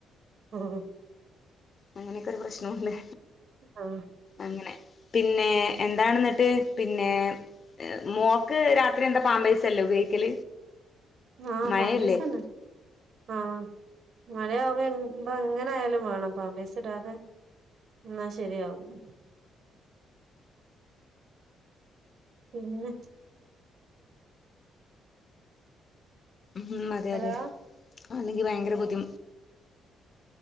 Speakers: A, on the right (about 60°); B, on the left (about 40°).
A: ഉഹ
B: അങ്ങനെയൊക്കെ ഒരു പ്രശ്നംണ്ട്
A: ആഹ്
B: അങ്ങനെ പിന്നെ എന്താണെന്നിട്ട് പിന്നെ മോക്ക് രാത്രി എന്താ പാമ്പൈസല്ലേ ഉപയോഗിക്കല്
A: ആഹ്
B: മഴയല്ലേ
A: പമ്പസന ആഹ മഴയാവുമ്പോ എങ്ങനെ ആയാലും വേണം പാമ്പേസ് ഇടാതെ എന്ന ശരിയാവും പിന്നെ
B: ഉം അതെയതെ
A: ഹലോ
B: അല്ലെങ്കിഭയങ്കര ബുദ്ധിമു